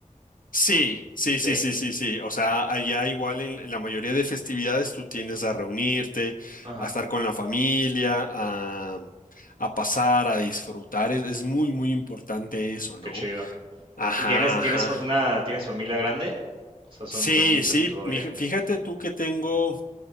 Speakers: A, on the left; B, on the right.
A: Sí, sí,
B: ¿Sí?
A: sí, sí, sí, sí. O sea, allá igual en en la mayoría de festividades tú tiendes a reunirte,
B: Ajá,
A: a estar con la familia, a, a pasar, a disfrutar. Es, es muy, muy importante eso, ¿no?
B: qué chido.
A: Ajá,
B: ¿Y tienes, tienes
A: ajá.
B: fa- una, tienes familia grande? O sea, son,
A: Sí,
B: son muchos
A: sí.
B: en tu familia.
A: mi- Fíjate tú que tengo.